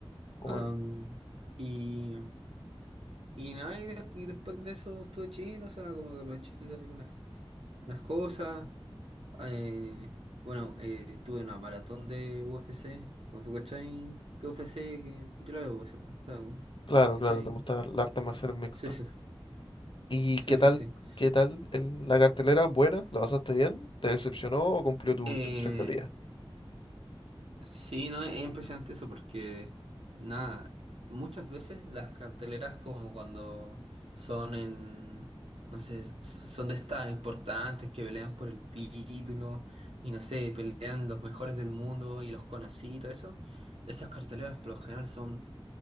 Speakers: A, on the left; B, on the right.
A: obvio.
B: Am, y, y nada, y, de- y después de eso estuve chill, o sea, como que aproveché de ver unas, unas cosas. Eh, bueno, eh, tuve una maratón de UFC, como tú cachai, que UFC, que yo la veo, ¿cierto? La veo,
A: Claro,
B: ¿Cachai?
A: claro, te gusta el arte marcial mixto.
B: Sí, sí,
A: ¿Y
B: sí,
A: qué
B: sí,
A: tal?
B: sí.
A: ¿Qué tal el- la cartelera? ¿Buena? ¿La pasaste bien? ¿Te decepcionó o cumplió tu,
B: Eh,
A: tu expectativa?
B: sí, no, es es impresionante eso porque, nada, muchas veces las carteleras como cuando son en, no sé, s- son de estas importantes que pelean por el título y no sé, pelean los mejores del mundo y los conocí y todo eso, esas carteleras por lo general son